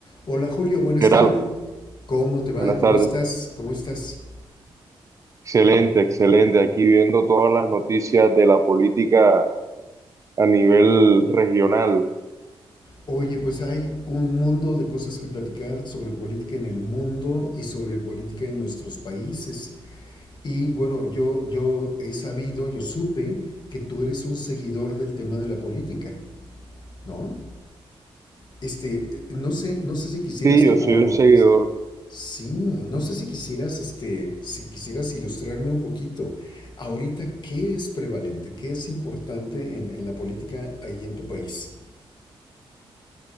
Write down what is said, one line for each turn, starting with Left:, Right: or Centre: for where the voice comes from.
Left: Hola Julio, buenas
Right: Gerardo,
Left: tardes. ¿Cómo te va?
Right: buenas
Left: ¿Cómo
Right: tardes.
Left: estás? ¿Cómo estás?
Right: Excelente, excelente. Aquí viendo todas las noticias de la política a nivel regional.
Left: Oye, pues hay un mundo de cosas que platicar sobre política en el mundo y sobre política en nuestros países. Y bueno, yo, yo he sabido, yo supe que tú eres un seguidor del tema de la política, ¿no? Este, eh, no sé, no sé si quisieras
Right: Sí,
Left: como
Right: yo soy un seguidor
Left: Sí, no sé si quisieras, este, si quisieras ilustrarme un poquito. Ahorita, ¿qué es prevalente? ¿Qué es importante en, en la política ahí en tu país?